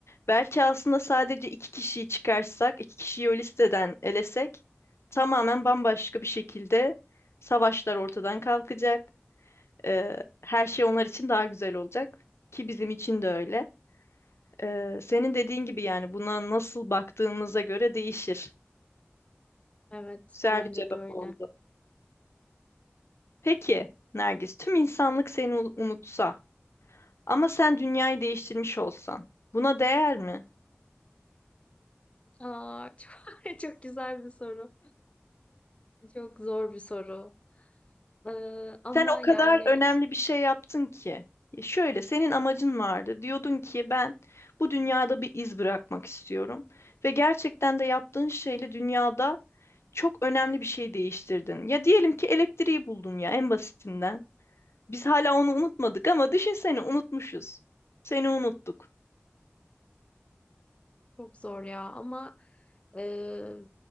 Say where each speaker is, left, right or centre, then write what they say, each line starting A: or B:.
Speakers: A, on the left (about 80°); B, on the left (about 30°).
A: Belki aslında sadece iki kişiyi çıkarsak, iki kişiyi o listeden elesek tamamen bambaşka bir şekilde savaşlar ortadan kalkacak. Ee, her şey onlar için daha güzel olacak ki bizim için de öyle. Ee, senin dediğin gibi yani buna nasıl baktığımıza göre değişir.
B: Evet,
A: Güzel
B: bence
A: bir cevap
B: de öyle.
A: oldu. Peki Nergis, tüm insanlık seni u- unutsa ama sen dünyayı değiştirmiş olsan buna değer mi?
B: Aa, <laughs> çok, çok güzel bir soru. Çok zor bir soru. Ee, ama
A: Sen o
B: yani
A: kadar önemli bir şey yaptın ki. E, Şöyle senin amacın vardı. Diyordun ki ben bu dünyada bir iz bırakmak istiyorum ve gerçekten de yaptığın şeyle dünyada çok önemli bir şey değiştirdin. Ya diyelim ki elektriği buldun ya en basitinden. Biz hala onu unutmadık ama düşünsene unutmuşuz. Seni unuttuk.
B: Çok zor ya ama e,